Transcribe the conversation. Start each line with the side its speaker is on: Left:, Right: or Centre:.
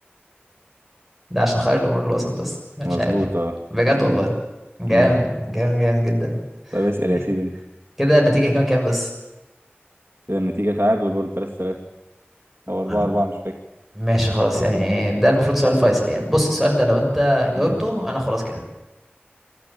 Centre: ده عشان خير الامور الوسط بس مش
Right: مظبوط
Centre: عارف
Right: اه
Centre: بجد
Right: مظبوط
Centre: والله جامد
Right: امم
Centre: جامد جامد جدا
Right: طب اسأل
Centre: إيه.
Right: يا سيدي انت
Centre: كده النتيجة كام كام بس
Right: كده النتيجة تعادل برضه 3 3 او 4
Centre: عم-
Right: 4 مش فاكر
Centre: ماشي خلاص يعني ده المفروض سؤال فيصل يعني بص السؤال ده لو انت جاوبته
Right: امم
Centre: انا خلاص كده